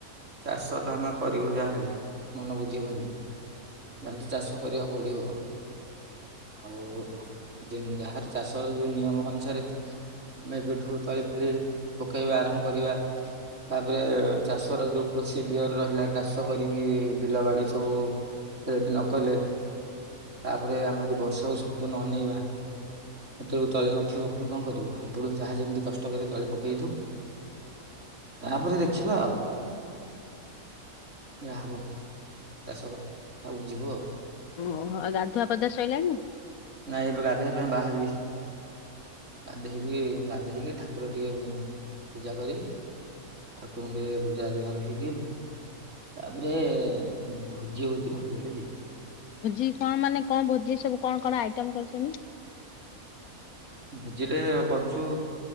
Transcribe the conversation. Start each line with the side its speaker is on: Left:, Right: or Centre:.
Right: ଚାଷ ଧାନ କରିବୁ ଯାହାହେଲେ ମନ ବୁଝିବନି। ଯାହାହେଲେ ତ ଚାଷ କରିବାକୁ ପଡିବ। ଆଉ ଯାହାର ଚାଷ ର ଯୋଉ ନିୟମ ଅନୁସାରେ ଆମେବେଠୁ ତଳି ଫଳି ପକେଇବା ଆରମ୍ଭ କରିବା। ତାପରେ ଚାଷର ଯୋଉ ପ୍ରସିଡିଓର ରହିଲା ଚାଷ କରିକି ବିଲ ବାଡ଼ି ସବୁ ରେଡି ନକଲେ ତାପରେ ଆମେ ଯଦି ବର୍ଷାକୁ ସମ୍ପୂର୍ଣ୍ଣ ଅନେଇବା ସେତେବେଳ ତଳି ନଥିବ ପୁଣି କଣ କରିବ? ଏତୋଳୁ ଯାହା ଯେମିତି କଷ୍ଟ କରି ତଳି ପକେଇଦେଇଥିବୁ ତାପରେ ଦେଖିବା ଆଉ। ଯାହା ହେବ ଚାଷବା ସବୁ ଯିବୁ ଆଉ।
Left: ଓହୋ ଉ ଗାଧୁଆପଧୁଆ ଶଇଲାଣି?
Right: ନାଇଁ ଏବେ ଗାଧୋଇବା ପାଇଁ ବାହାରିବି ଗାଧୋଇବି। ତୁ ଏ ଗାଧେଇକି ଠାକୁର ଟିକେ ପୂଜା କରିବି। ଠାକୁରୁଙ୍କୁ ଟିକେ ପୂଜାଜୁହାର ହେଇକି ତାପରେ ଭୋଜି ହଉଚି ଭୋଜି ଆଡେ ଯିବି।
Left: ଭୋଜି କଣ ମାନେ କଣ ଭୋଜି ସବୁ କଣ କଣ ଆଇଟମ କରିଚନ୍ତି?
Right: ଭୋଜିରେ କରୁଚୁ